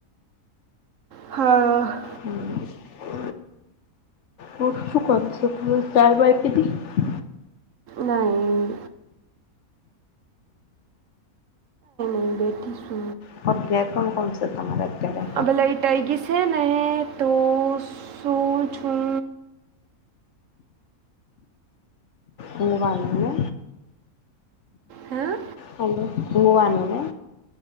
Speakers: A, on the right; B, on the left.
A: હા
B: હમ્મ બોલ શું કરું <unintelligible> ચાય બાય પીધી
A: નઈ ઉં બેઠી સુ
B: <unintelligible> કોણ સે તમારે અત્યારે
A: અબ લાઈટ આઈ ગઈ સે ને તો સુવ છું
B: લેવાનુ ને
A: હા
B: હલો હુવાનુંને